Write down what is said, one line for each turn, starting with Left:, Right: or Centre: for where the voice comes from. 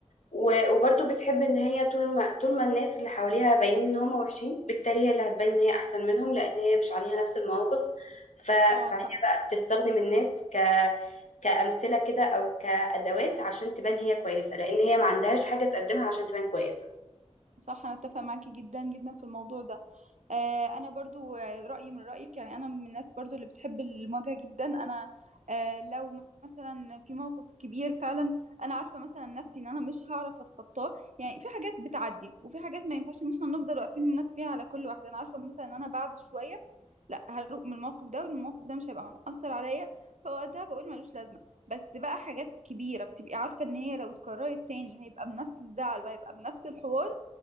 Left: و- وبرضه بتحب ان هي طول ما طول ما الناس اللي حواليها باينين ان هم وحشين بالتالي هي اللي هتبان ان هي احسن منهم لان هي مش عليها نفس المواقف ف... فهي
Right: اه مم. صح
Left: بقى بتستخدم الناس ك كأمثلة كده او كأدوات عشان تبان هي كويسة لان هي ما عندهاش حاجة تقدمها عشان تبان كويسة
Right: صح انا اتفق معاكي جدا جدا في الموضوع ده آه انا برضو آه، رايي من رايك يعني انا من الناس برضو اللي بتحب المواجهه جدا انا آه لو م- مثلا في موقف كبير فعلا انا عارفه مثلا نفسي ان انا مش هعرف اتخطاه يعني في حاجات بتعدي وفي حاجات ما ينفعش ان احنا نفضل واقفين الناس فيها على كل واحده انا عارفه مثلا ان انا بعد شويه لا هروق من الموقف ده والموقف ده مش هيبقى مؤثر عليا فوقتها بقول ملوش لازمه بس بقى حاجات كبيره بتبقي عارفه ان هي لو اتكررت تاني هيبقى بنفس الزعل وهيبقى بنفس الحوار